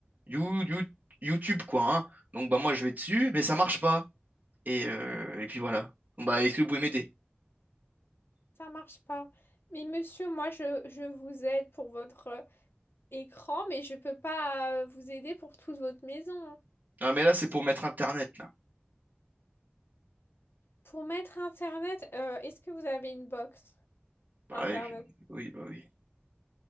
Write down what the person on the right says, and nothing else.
You- You- YouTube, quoi. hein. Donc, bah, moi, je vais dessus, mais ça marche pas. Et, euh, et puis voilà. Bon, Bah, est-ce que vous pouvez m'aider?
Ah mais là, c'est pour mettre Internet, là.
Bah,
ouais, je- oui, bah oui.